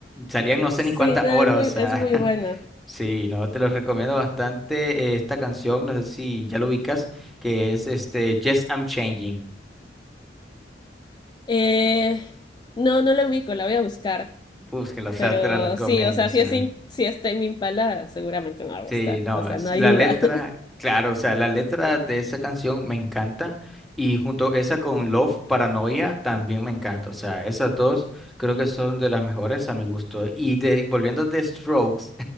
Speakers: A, in the centre; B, on the left (about 25°).
A: salían no sé
B: Sí,
A: ni cuántas
B: no,
A: horas,
B: es muy,
A: o sea,
B: es muy
A: <laughs>
B: bueno.
A: sí, no, te lo recomiendo bastante eh, esta canción, no sé si ya lo ubicas, que es este Yes, I'm Changing,
B: Eh, no, no la ubico, la voy a buscar.
A: búsquela, o sea,
B: Pero
A: te la recomiendo,
B: sí, o sea,
A: o sea.
B: si es, in- si es Tame Impala, seguramente me va a gustar.
A: Sí, no,
B: O sea,
A: es-
B: no hay
A: la
B: duda.
A: letra,
B: <laughs>
A: claro, o sea, la letra de esa canción me encanta y junto esa con Love Paranoia también me encanta, o sea, esas dos creo que son de las mejores a mi gusto. Y de, volviendo de Strokes,